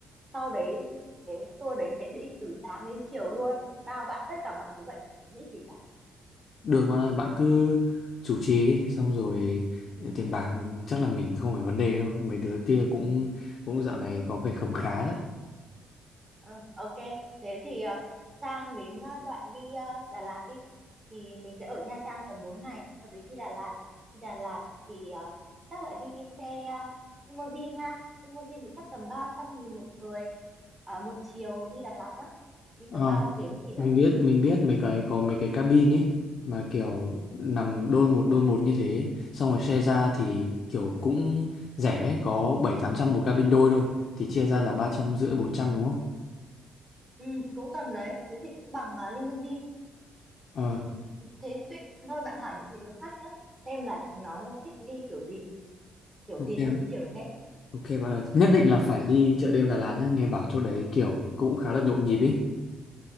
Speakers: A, on the right (about 25°); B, on the left (about 55°).
A: sau đấy cái tour đấy sẽ đi từ sáng đến chiều luôn bao bạn tất cả mọi thứ bạn chẳng phải nghĩ gì cả
B: được bạn ơi bạn cứ chủ trì đi xong rồi tiền bạc chắc là mình không phải vấn đề đâu mấy đứa kia cũng cũng dạo này có vẻ khấm khá đấy
A: Ờ, ok thế thì ờ, sang đến ờ, đoạn đi ờ, Đà Lạt đi thì mình sẽ ở Nha Trang tầm bốn ngày sau đấy đi Đà Lạt đi Đà Lạt thì ờ, chắc là đi xe ờ, limousine ha limousine thì chắc tầm ba trăm nghìn một người Ờ, một chiều đi Đà Lạt đó đi
B: Ờ.
A: tầm 3 tiếng gì đấy
B: mình biết mình biết mấy cái có mấy cái cabin ấy mà kiểu nằm đôi một đôi một như thế xong rồi share ra thì kiểu cũng rẻ có bảy tám trăm một cabin đôi thôi thì chia ra là ba trăm rưỡi bốn trăm đúng không
A: ừ, cũng tầm đấy thế thì cũng bằng à, limousine
B: ờ
A: ừ, thế tuy thôi bạn hỏi những cái đứa khác nhé xem là nó thích đi kiểu gì kiểu
B: ok
A: gì tôi cũng chịu được hết
B: ok bạn ơi. nhất định là phải đi chợ đêm Đà Lạt nhé nghe bảo chỗ đấy kiểu cũng khá là nhộn nhịp ý